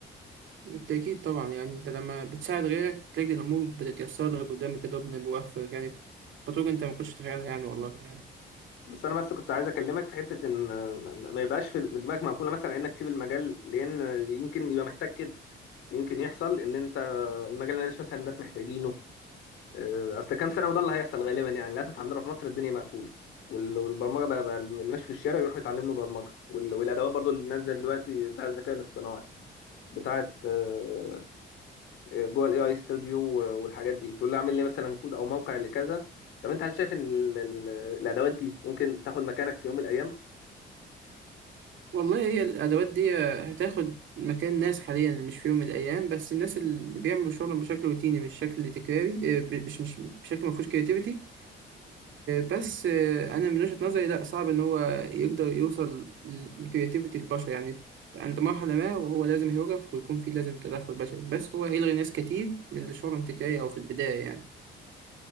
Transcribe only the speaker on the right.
بالتأكيد طبعا يعني انت لما بتساعد غيرك تلاقي الامور بتتيسر لك قدامك كده ربنا بيوفقك يعني في بطرق انت ما كنتش تتخيلها يعني والله يعني
والله هي الأدوات دي هتاخد مكان ناس حاليا مش في يوم من الأيام بس الناس اللي بيعملوا شغلهم بشكل روتيني مش شكل تكراري آه، ب- مش مش بشكل ما فيهوش كرياتيفيتي بس آه، أنا من وجهة نظري لأ صعب إن هو يقدر يوصل لكرياتيفيتي البشر يعني ف- عند مرحلة ما وهو لازم يوقف ويكون فيه لازم تدخل بشري بس هو هيلغي ناس كتير من اللي شغلهم تكراري أو في البداية يعني